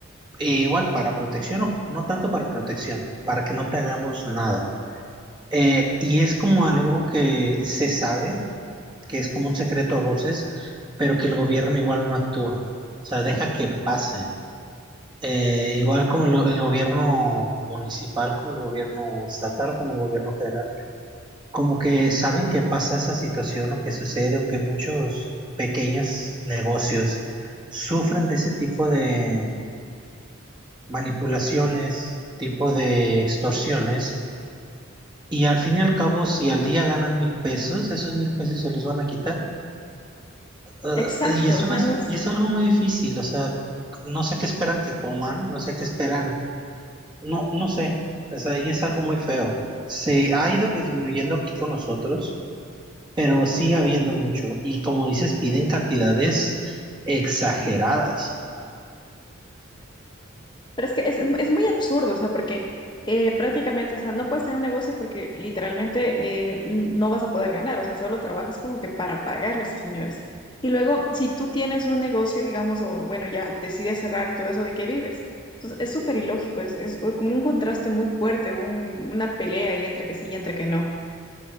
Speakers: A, on the right; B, on the left.
A: E igual para protección, o no tanto para protección, para que no te hagamos nada. Eh, y es como algo que se sabe, que es como un secreto a voces, pero que el gobierno igual no actúa. O sea, deja que pase. Eh, igual como el, el gobierno municipal, como el gobierno estatal, como el gobierno federal, como que saben que pasa esa situación o que sucede o que muchos pequeños negocios sufren de ese tipo de manipulaciones, tipo de extorsiones Y al fin y al cabo, si al día ganan mil pesos, esos mil pesos se los van a quitar. Eh,
B: Exacto,
A: y es
B: o
A: una,
B: sea, no
A: y es algo muy difícil, o sea, no sé qué esperan que coman, no sé qué esperan, no, no sé, o sea, y es algo muy feo. Se ha ido disminuyendo aquí con nosotros, pero sigue habiendo mucho. Y como dices, piden cantidades exageradas.
B: Pero es que es, es muy absurdo, o sea, porque eh, prácticamente, o sea, no puedes tener un negocio porque literalmente eh, n- no vas a poder ganar, o sea, solo trabajas como que para pagarle a estos señores. Y luego, si tú tienes un negocio, digamos, o bueno, ya decides cerrar y todo eso, ¿de qué vives? Entonces, es súper ilógico, es, es como un contraste muy fuerte, un- una pelea ahí entre que sí y entre que no.